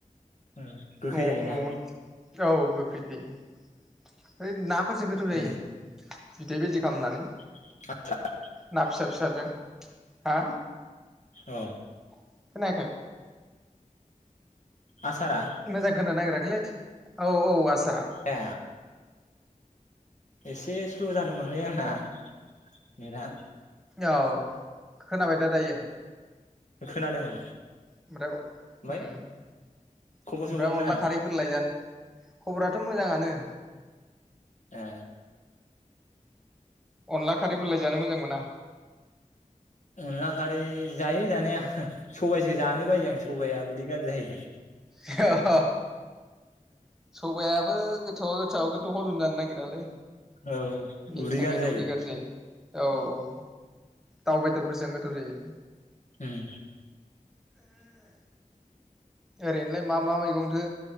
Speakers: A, on the left; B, in the centre.
A: उम गोखै
B: न
A: जायोना
B: न' औ गोखै जायो <unintelligible> ओ ना फोरजों गोथाव जायो।
A: उम
B: बिदै बिदि खालामनानै
A: <unintelligible>
B: ना फिसा फिसाजों हा
A: अ
B: खानायाखै
A: आसारा
B: मोजां खानानो नागेराखैलै औ औ आसार
A: ऐ एसे स्ल' जादोंमोन लै आंना नेटवर्क आ
B: औ खोनाबाय दा दायो
A: खोनादों औ
B: <unintelligible> उम
A: ओमफ्राय
B: ओमफ्राय
A: खबर सबर मोजां
B: अनला खारैफोरलाय जानो खबराथ' मोजाङानो
A: ए
B: अनला खारैफोरलाय जानो मोजां मोना
A: अनला खारै जायो जानाया सबायाइसो जानो बायो आं सबाइ आ उदै गाज्रि जायो
B: हा हा सबायाबो गोथौआ गोथाव गोथावा गोथाव हजम जानो नागिरालै
A: औ
B: बेनि
A: उदै
B: थाखायनो
A: गाज्रि जायो
B: उदै गाज्रि जायो औ
A: उम
B: औ दाउ बेदरफोरजों गोथाव जायो
A: उम उम
B: ओरैनोलाय मा मा मैगंखो